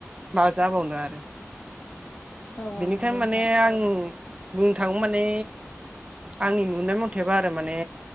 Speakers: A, on the right; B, on the left.
A: मा जाबावनो आरो
B: औ औ
A: बेनिखायनो
B: नंगौ नोंथां
A: माने आं बुंनो थाङो माने आंनि नुनाय मथेबा आरो माने